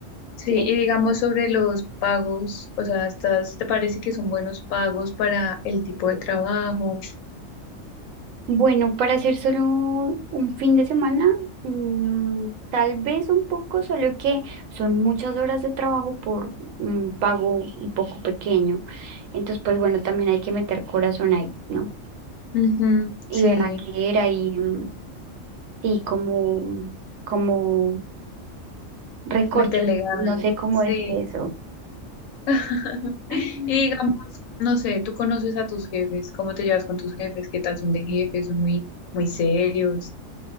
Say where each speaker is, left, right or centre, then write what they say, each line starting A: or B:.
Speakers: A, on the left; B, on the right.
A: sí,
B: Eh,
A: y digamos sobre los pagos, o sea, ¿estás, te parece que son buenos pagos para el tipo de trabajo?
B: Bueno, para hacer solo un fin de semana, mm, tal vez un poco, solo que son muchas horas de trabajo por un pago un poco pequeño. Entonces, pues bueno, también hay que meter corazón ahí, ¿no?
A: Ujú.
B: Y
A: Sí,
B: berraquera y, mm, y como, como recorcho,
A: meterle ganas.
B: no sé cómo
A: sí
B: decir eso.
A: <laughs>
B: No,
A: Y digamos, no sé, tú conoces a tus jefes, ¿cómo te llevas con tus jefes? ¿Qué tal son de jefes? ¿Son muy, muy serios?